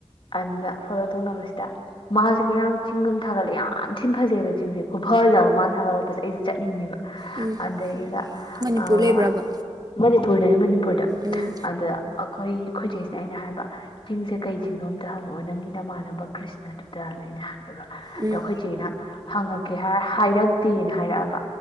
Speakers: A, on the left (about 50°); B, on the right (about 35°).
A: ꯑꯗꯨꯗ ꯐꯣꯂꯣ ꯇꯧꯅꯕꯁꯤꯗ ꯃꯥꯁꯦ ꯉꯔꯥꯡ ꯆꯤꯡꯒ ꯑꯃ ꯊꯥꯒꯠꯂꯦ ꯌꯥꯝ ꯊꯤꯟ ꯐꯖꯩꯑꯕ ꯆꯤꯡꯁꯦ ꯈꯨꯐꯖꯕ ꯃꯥꯅ ꯊꯥꯒꯠꯂꯛꯄꯁꯦ ꯑꯩꯁꯦ ꯆꯠꯅꯤꯡꯉꯦꯕ
B: ꯎꯝ
A: ꯑꯗꯩꯗꯨꯗꯥ
B: ꯃꯅꯤꯄꯨꯔ
A: ꯑꯥ
B: ꯂꯩꯕ꯭ꯔꯕ
A: ꯃꯅꯤꯄꯨꯔꯗꯅꯤ ꯃꯅꯤꯄꯨꯔꯗ
B: ꯎꯝ
A: ꯑꯗꯨꯗ ꯑꯩꯈꯣꯏ ꯑꯩꯈꯣꯏꯒꯤ ꯈꯣꯏꯖꯦꯛꯁꯦ ꯑꯩꯅ ꯍꯥꯏꯕ ꯆꯤꯡꯁꯦ ꯀꯩ ꯆꯤꯡꯗꯣꯝꯇ ꯍꯪꯉꯛꯑꯣ ꯅꯪꯒꯤ ꯅꯃꯥꯟꯅꯕ ꯀ꯭ꯔꯤꯁꯅꯗꯨꯗꯅ ꯑꯩꯅ ꯍꯥꯏꯜꯂꯦꯕ ꯑꯗ
B: ꯎꯝ
A: ꯑꯩꯈꯣꯏ ꯆꯦꯅ ꯍꯪꯉꯛꯀꯦ ꯍꯥꯏꯔ ꯍꯥꯏꯔꯛꯇꯦꯅ ꯍꯥꯏꯔꯛꯑꯕ